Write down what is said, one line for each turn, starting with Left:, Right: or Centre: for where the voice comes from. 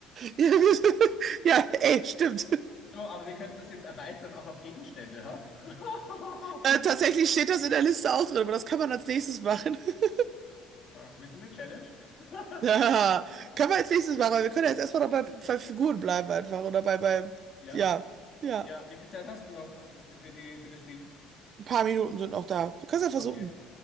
Right: Ja, Ja, ey, stimmt.
Left: So, aber wir könnten das jetzt erweitern auch auf Gegenstände, ha? <laughs>
Right: Äh, tatsächlich steht das in der Liste auch drin, aber das kann man als nächstes machen. <laughs>
Left: Ah, Willst du eine Challenge? <laughs>
Right: Ja, kann man als nächstes machen, weil wir können ja jetzt erstmal noch bei, bei Figuren bleiben einfach oder bei, bei,
Left: Ja,
Right: ja, ja,
Left: ja, wie viel Zeit hast du noch fürs, für die, für das Spiel?
Right: ein paar Minuten sind noch da. Du kannst ja versuchen.
Left: Okay,